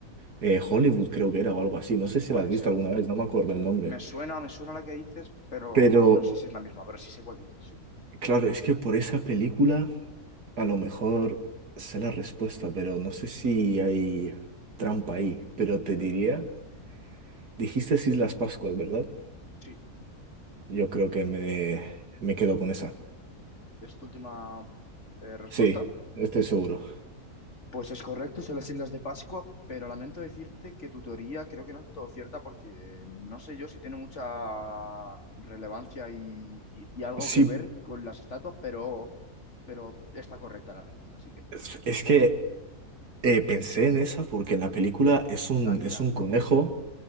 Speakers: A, on the right; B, on the left.
A: eh, Hollywood, creo que era, o algo así. No sé si
B: puede
A: la has visto
B: ser.
A: alguna vez, no me acuerdo el nombre.
B: Me suena, me suena la que dices, pero
A: Pero
B: no sé si es la misma, pero sí sé cuál dices, sí.
A: Claro, es que por esa película a lo mejor sé la respuesta, pero no sé si hay trampa ahí. Pero te
B: Mm,
A: diría, dijiste Islas Pascuas, ¿verdad?
B: sí,
A: Yo creo que me, me quedo con esa.
B: es tu última eh, respuesta.
A: Sí, estoy seguro.
B: Pues es correcto, son las Islas de Pascua, pero lamento decirte que tu teoría creo que no es del todo cierta porque no sé yo si tiene mucha relevancia y, y- y algo
A: Sí,
B: que ver con las estatuas, pero, pero está correcta la respuesta, así que
A: es, es que eh, pensé en esa porque en la película es un,
B: salían,
A: es un conejo,
B: ¿no?